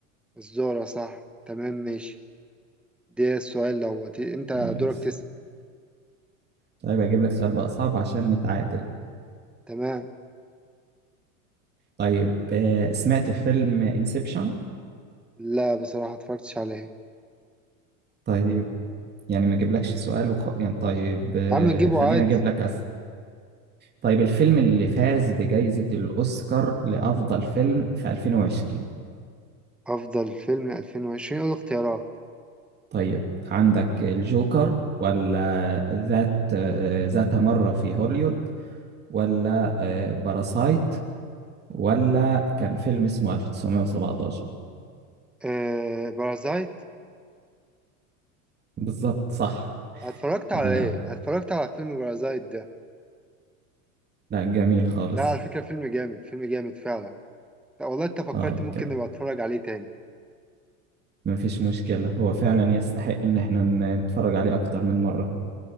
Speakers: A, in the centre; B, on the right (about 25°).
A: الذرة صح تمام ماشي ده السؤال دوت انت
B: ماشي
A: دورك تسأل
B: طيب اجيب لك سؤال بقى صعب عشان نتعادل
A: تمام
B: طيب آه، سمعت فيلم انسبشن
A: لا بصراحة متفرجتش عليه
B: طيب يعني ما اجيبلكش سؤال وخ... يعني طيب آه،
A: يا عم جيبه
B: خلينا
A: عادي
B: اجيب لك أسئلة طيب الفيلم اللي فاز بجائزة الأوسكار لأفضل فيلم في 2020
A: أفضل فيلم 2020 قول اختيارات
B: طيب عندك الجوكر ولا ذات آه، ذات مرة في هوليوود ولا آه، باراسايت ولا كان فيلم اسمه 1917
A: آه بارازايت
B: بالظبط صح
A: اتفرجت على
B: لا لا
A: ايه؟ اتفرجت على فيلم بارازايت ده
B: لا جميل خالص
A: لا على فكرة فيلم جامد فيلم جامد فعلا لا والله انت فكرت
B: اه
A: ممكن
B: كده
A: نبقى اتفرج عليه تاني
B: مفيش مشكلة هو فعلا يستحق ان احنا ن- نتفرج عليه اكتر من مرة